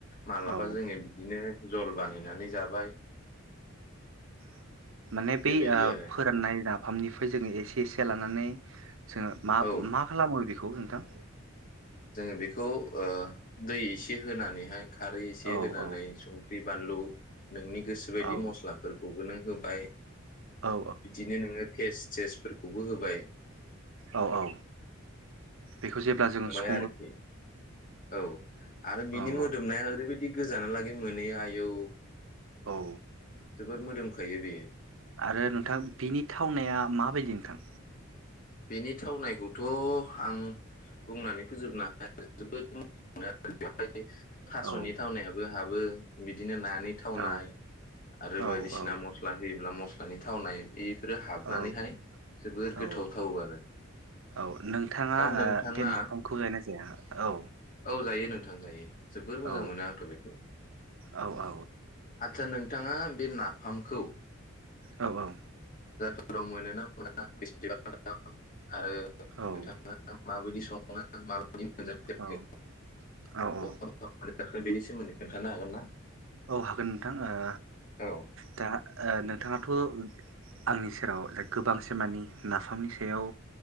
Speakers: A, on the left; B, on the right.
A: मालाबा
B: औ
A: जोंङो बिदिनो जल बानायनानै जाबाय <inaudible>
B: <inaudible> माने
A: बेबायदि
B: बै
A: आरो
B: फोराननाय ना फामनिफाय जोंङो एसे एसे लानानै जोंङो मा
A: औ
B: मा खालामो बे खौ नोंथां
A: जोंङो बेखौ दै एसे होनानैहाय खारै एसे
B: औ
A: होनानै
B: औ
A: सं खरि बानलु नोंनि गोसोबायदि
B: औ
A: मस्लाफोरखौबो नों होबाय
B: औ
A: बिदि नो नोंङो फेस्ट सेस फोरखौबो होबाय
B: औ औ बेखौ जेब्ला जोंङो
A: यारोखि औ आरो बिनि
B: औ
A: मोदोमनाया
B: औ
A: ओरै बायदि गोजानालागै मोनोयो आयौ
B: औ
A: जोबोर मोदोमखायो बेयो।
B: आरो नोंथां बिनि थावनाया माबायदि नोंथां?
A: बेनि थावनायखौथ' आं बुंनानै फोजोबनो <unintelligible> <unintelligible> थास'नि
B: औ
A: थावनायाबो हाबो। बिदिनो ना नि थावनाय
B: औ
A: आरो बायदिसिना
B: औ औ
A: मसला होयोब्ला मस्लानि थावनाय बेफोरो हाबनानैहाय
B: औ
A: जोबोर
B: औ
A: गोथाव थावो आरो
B: औ नोंथाङा
A: दा नोंथांङा
B: ओ बे नाफामखौ जायोना जाया औ
A: औ जायो नोंथां जायो जोबोद मोजां
B: औ
A: आथ' बेखौ,
B: औ औ
A: आतसा नों नोंथांङा बे नाफामखौ
B: औ औ
A: फ्राव मोनो ना मोना बेसेबां? <unintelligible> आरो
B: औ
A: नोंथांङा माबायदि संङो मा <unintelligible>
B: औ औ
A: सोमोन्दै खोन्थानो हागोन ना?
B: औ हागोन नोंथां ओ
A: औ
B: दा ओ नोंथांङाथ' आंनि सेराव गोबां से मानानि नाफामनि सायाव